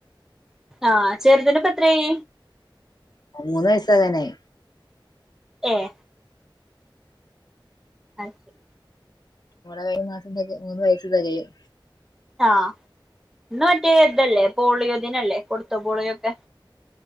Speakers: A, in the centre; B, on the left.
A: ആഹ ചെർതിന് ഇപ്പെത്രായി
B: മൂന്ന് വയസ്സ് ആകാനായി
A: ഏഹ അഹ് ശെരി
B: <unintelligible> മാസം കഴിഞ്ഞ മൂന്ന് വയസ്സ് തെകയും
A: ആഹ ഇന്ന് മറ്റേ ഇതല്ലെ പോളിയോ ദിനല്ലേ കൊട്ത്തോ പോളിയോ ഒക്കെ